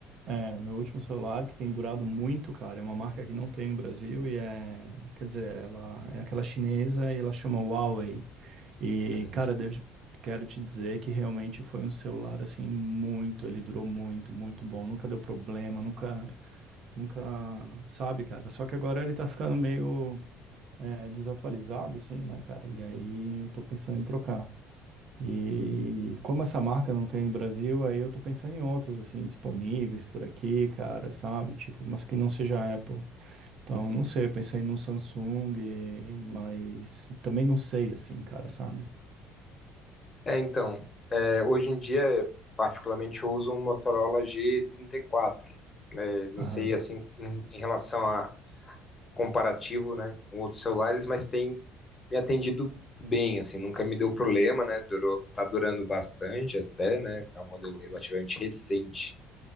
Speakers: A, on the right; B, on the left.
A: é, meu último celular que tem durado muito, cara, é uma marca que não tem no Brasil e é, quer dizer, ela é aquela chinesa e ela chama Huawei. E,
B: Uhum.
A: cara, devo- quero te dizer que realmente foi um celular assim muito, ele durou muito, muito bom, nunca deu problema, nunca, nunca, sabe, cara. Só que agora ele tá ficando meio é, desatualizado, assim, né, cara? E aí eu tô pensando em trocar. E como essa marca não tem no Brasil, aí eu tô pensando em outras, assim, disponíveis por aqui, cara, sabe? Tipo, mas que não seja a Apple. Então, não sei, eu pensei num Samsung, mas também não sei, assim, cara, sabe?
B: É, então, é, hoje em dia, particularmente, eu uso um Motorola G34, né? Não
A: Aham.
B: sei, assim, em, em relação a comparativo, né, com outros celulares, mas tem me atendido bem, assim, nunca me deu problema, né, durou, tá durando bastante até, né, é um modelo relativamente recente.